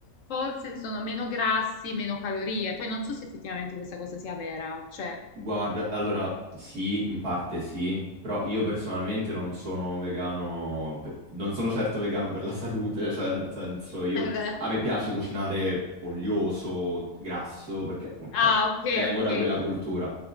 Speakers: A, on the left; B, on the right.
A: forse sono meno grassi, meno calorie. Poi non so se effettivamente questa cosa sia vera, cioè
B: Guarda, allora sì, in parte sì, però io personalmente non sono un vegano, pe- non sono certo vegano per la salute, cioè nel senso io,
A: è vero.
B: a me piace cucinare olioso, grasso, perché appunto,
A: Ah,
B: cioè,
A: ok,
B: vengo
A: ok.
B: da quella cultura.